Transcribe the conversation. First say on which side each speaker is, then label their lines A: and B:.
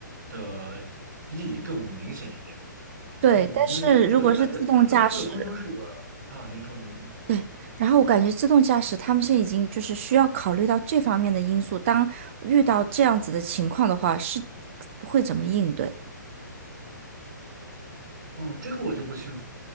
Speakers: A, on the right; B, on the right.
A: 的意义更明显一点。
B: 对，
A: 嗯，
B: 但是如果是自动驾驶。
A: 因为我就感觉它这个这个终究是个啊，您说您说，
B: 对，然后我感觉自动驾驶他们现在已经就是需要考虑到这方面的因素，当遇到这样子的情况的话，是会怎么应对？
A: 哦、这个我就不清楚。